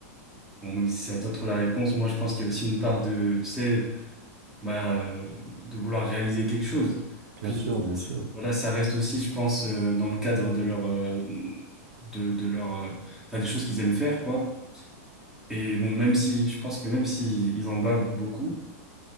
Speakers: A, in the centre; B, on the right.
A: bon, même si c'est à toi de trouver la réponse, moi, je pense qu'il y a aussi une part de, tu sais, bah, euh, de vouloir réaliser quelque chose.
B: Bien
A: Puis,
B: sûr, bien
A: c'est-
B: sûr.
A: voilà, ça reste aussi, je pense, euh, dans le cadre de leur, euh, de, de leur, euh, enfin, des choses qu'ils aiment faire, quoi. Et bon, même si, je pense que même s'ils ils en bavent beaucoup.